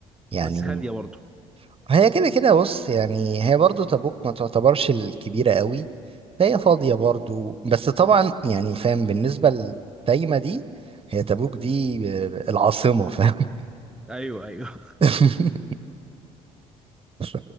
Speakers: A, on the right; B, in the centre.
A: يعني
B: بس هاديه برضه
A: هي كده كده بص يعني هي برضو تبوك ما تعتبرش الكبيرة قوي فهي فاضية برضو بس طبعا يعني فاهم بالنسبة للتايمة دي هي تبوك دي آه، العاصمة فاهم
B: ايوه ايوه
A: <laughs> ف-